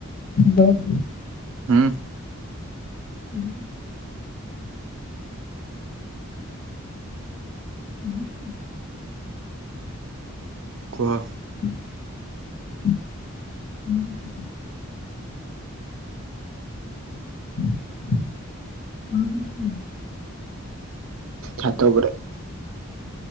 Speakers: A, on the left; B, on the right.
A: <inaudible>
B: ହୁଁ।
A: ହୁଁ। ହୁଁ ହୁଁ।
B: କୁହ।
A: <unintelligible> <inaudible>
B: ଛାତ ଉପରେ।